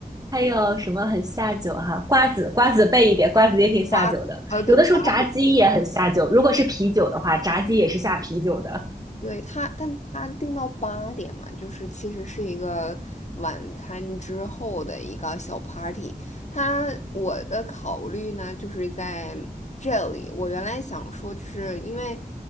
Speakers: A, on the right (about 25°); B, on the left (about 45°).
A: 还有什么很下酒哈、瓜子，瓜子备一点，瓜子也挺下酒的。
B: 瓜子，呃，对，
A: 有的时候炸鸡也很下酒，
B: 瓜子可以。
A: 如果是啤酒的话，炸鸡也是下啤酒的。
B: 对他，但他定到八点嘛，就是其实是一个晚餐之后的一个小 party。他我的考虑呢，就是在这里。我原来想说，就是因为